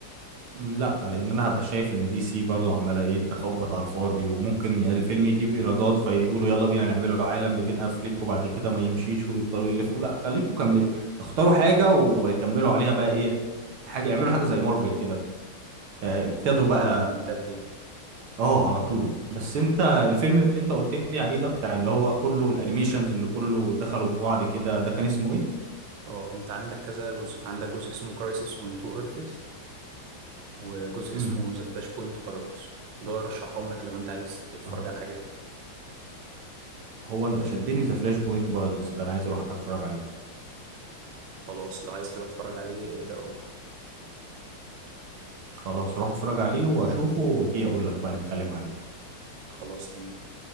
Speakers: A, on the right (about 80°); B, on the right (about 65°).
A: م، لا لان انا هبقى شايف ان دي سي برضو عماله ايه تخبط على الفاضي وممكن الفيلم يجيب ايرادات فيقولوا يلا بينا نعمله عالم لبين افليك وبعد كده ما يمشيش ويفضلوا يلفوا لا خليكم كمل اختاروا حاجه وكملوا عليها بقى ايه حاجه اعملوا حاجه زي مارفل كده آه، ابتدوا
B: اه
A: بقى
B: عالم ممتد يعني
A: اه على طول بس انت الفيلم اللي انت قلت لي عليه ده بتاع اللي هو كله الانيميشنز اللي كله دخلوا في بعض كده ده كان اسمه ايه
B: اه انت عندك كذا جزء عندك جزء اسمه كرايسيس اون تو ايرثز وجزء
A: امم
B: اسمه ذا فلاش بوينت بارادوكس دول رشحهم لك لو انت عايز تتفرج
A: اهو
B: على
A: ده
B: الحاجات دي
A: هو ده شدني ذا فلاش بوينت بارادوكس ده انا عايز اروح اتفرج عليه
B: خلاص لو عايز تروح تتفرج عليه ابدأ روح
A: خلاص هروح اتفرج عليه واشوفه واجي اقول لك بقى نتكلم عليه
B: خلاص تمام